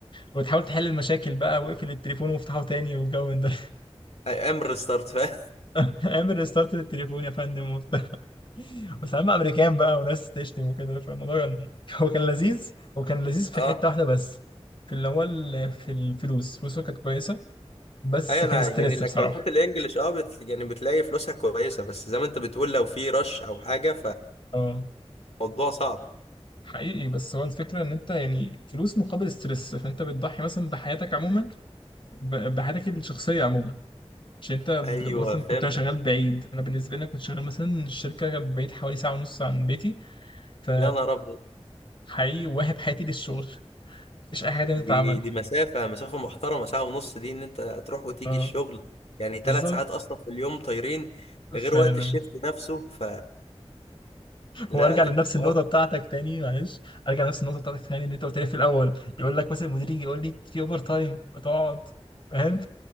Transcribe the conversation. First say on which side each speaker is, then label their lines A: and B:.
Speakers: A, on the left; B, on the left.
A: وتحاول تحل المشاكل بقى واقفل التليفون وافتحه تاني والجو من ده
B: اي ام ريستارت فاهم
A: <laughs> اعمل ريستارت للتليفون يا فندم وبتاع وسلام امريكان بقى وناس تشتم وكده فالموضوع كان <laughs> هو كان لذيذ هو كان لذيذ في
B: اه
A: حته واحده بس في اللي هو ال- في الفلوس فلوسه كانت كويسه بس
B: ايوه
A: كان
B: انا
A: ستريس
B: يعني الاكونتات
A: بصراحه
B: الانجليش اه بت... يعني بتلاقي فلوسها كويسه بس زي ما انت بتقول لو في رش او حاجه
A: اه
B: فموضوع صعب
A: حقيقي بس هو الفكرة إن أنت يعني فلوس مقابل ستريس فأنت بتضحي مثلا بحياتك عموما ب- بحياتك الشخصية عموما مش أنت بتبقى
B: ايوه
A: مثلا
B: فهمتك
A: كنت أنا شغال بعيد أنا بالنسبة لي أنا كنت شغال مثلا الشركة بعيد حوالي ساعة ونص عن بيتي ف
B: يا نهار ابيض
A: حقيقي واهب حياتي للشغل مفيش أي حاجة تانية
B: دي
A: تتعمل
B: دي مسافه مسافه محترمه ساعه ونص دي ان انت تروح وتيجي
A: أه
B: الشغل يعني ثلاث
A: بالظبط
B: ساعات اصلا في اليوم طايرين غير
A: فعلا
B: وقت الشيفت نفسه فلا ده
A: هو أرجع لنفس
B: كان حوار
A: النقطة بتاعتك تاني معلش أرجع لنفس النقطة بتاعتك تاني اللي أنت قلت لي في الأول يقول لك مثلا المدير يجي يقول لي في أوفر تايم وتقعد فاهم